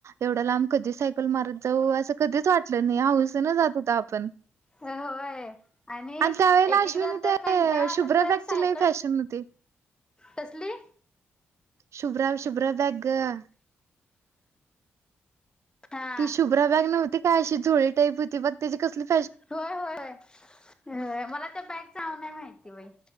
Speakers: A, on the right; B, on the left.
A: एवढ्या लांब कधी सायकल मारत जाऊ असं कधीच वाटलं नाही हौसन जात होतं आपण
B: होय आणि
A: त्यावेेळेला
B: एक
A: अश्विनी
B: एकदा तर
A: ते
B: कंटाळा आला
A: शुभ्रा
B: तर
A: बॅगची
B: सायकल
A: लई फॅशन होती.
B: तसली
A: शुभ्रा शुभ्रा बॅग गं
B: हा
A: ती शुभ्रा बॅग नव्हती काय अशी झोळी टाईप होती बघ त्याची कसली भारी
B: होय होय होय मला त्या बॅगच नाव नाही माहिती बाई